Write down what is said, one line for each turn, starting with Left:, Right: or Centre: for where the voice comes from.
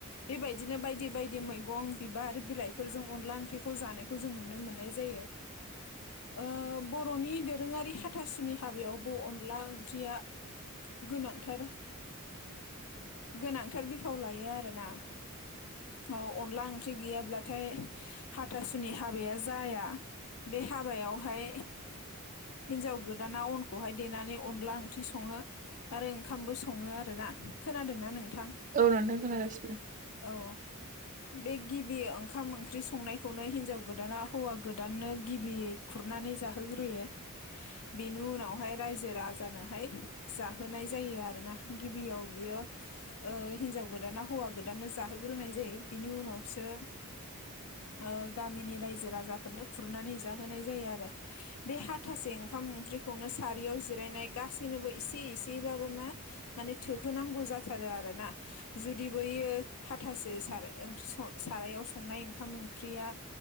Left: बेबायदिनो बायदि बायदि मैगं बिबार बिलाइफोरजों अनला ओंख्रिखौ जानायखौ जों नुनो मोननाय जायो <unintelligible> ओ बर'नि दोरोङारि हाथासुनि हाबायावबो अनला ओंख्रिया गोनांथार गोनांथार बिफाव लायो आरोना
Right: <inaudible>
Left: औ अनला ओंख्रि गैयाब्लाथाय हाथासुनि हाबाया जाया बे हाबायावहाय हिनजाव गोद दाना अनखौहाय देनानै अनला ओंख्रि सङो आरो ओंखामबो सङो आरोना खोनादोंना नोंथां
Right: औ नोंथां खोनागासिनो
Left: औ बे गिबि ओंखाम ओंख्रि संनायखौनो हिनजाव गोदाना हौवा गोदाननो गिबियै खुरनानै जाहोग्रोयो। बेनि उनावहाय रायजो राजानोहाय जाहोनाय जायो आरोना। गिबियाव बियो ओ हिनजाव गोदाना हौवा गोदानानो जाहोग्रोनाय दै बिनि उनावसो ओ गामिनि रायजो राजाफोरनो खुरनानै जाहोनाय जायो आरो बे हाथासे ओंखाम ओंख्रिखौनो सारियाव जिरायनाय गासैनोबो इसे इसेबाबो मा माने थोहोनांगौ जाथारो आरो ना जुदि बैयो हाथासे थार ओंख्रि सं सारायाव संनाय ओंखाम ओंख्रिया